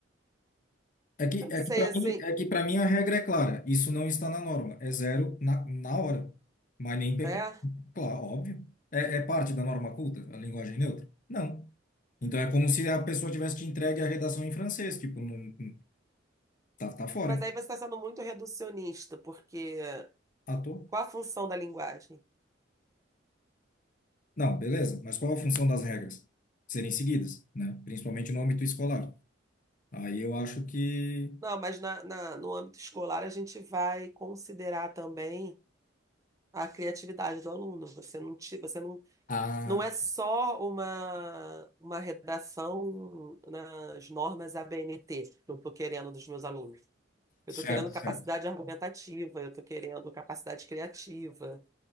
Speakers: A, on the left (about 45°); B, on the right (about 15°).
A: É que,
B: eu não
A: é
B: sei,
A: que para
B: assim,
A: mim, é que para mim a regra é clara. Isso não está na norma. É zero na, na hora. Mas nem pergunta.
B: é.
A: Claro, óbvio. É, é parte da norma culta, a linguagem neutra? Não. Então é como se a pessoa tivesse te entregue a redação em francês. Tipo, não, não- tá, tá fora.
B: Mas aí você está sendo muito reducionista, porque
A: Ah, tô.
B: qual a função da linguagem?
A: Não, beleza, mas qual a função das regras? Serem seguidas, né? Principalmente no âmbito escolar. Aí eu acho que.
B: Não, mas na, na- no âmbito escolar a gente vai considerar também a criatividade do aluno. Você não, ti- você não
A: Ah,
B: Não é só uma, uma redação nas normas ABNT que eu estou querendo dos meus alunos. Eu
A: certo,
B: estou querendo capacidade
A: certo.
B: argumentativa, eu estou querendo capacidade criativa,